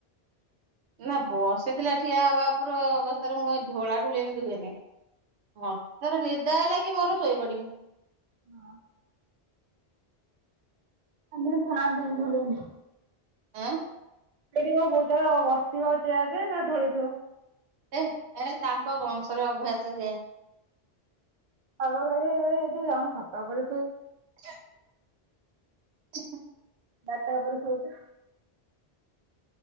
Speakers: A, on the right; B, on the right.
A: ନା ବସି ଥିଲେ ଠିଆହବା ଅବସ୍ଥାରେ ମୁଁ ଢୋଳା ଢୋଳି ଏମିତି ହୁଏନି ହଁ ତର ନି ତା ଲାଗି ମୋର ଶୋଇ ପଡିବୁ।
B: ହ। ଆଜ୍ଞା। ଥାଆନ୍ତୁ ଧୋଡେଇ।
A: ଆ।
B: <unintelligible>
A: ଏ ଏ ତାଙ୍କ ବଂଶର ଅଭ୍ୟାସ ସେଇଏ
B: ଖବା ଏ ଏଇଠି ଜଣୁ ଖତା ବ
A: ଆଛା <unintelligible>
B: ତାଜା ଉପରେ ଶୋଉଛୁ।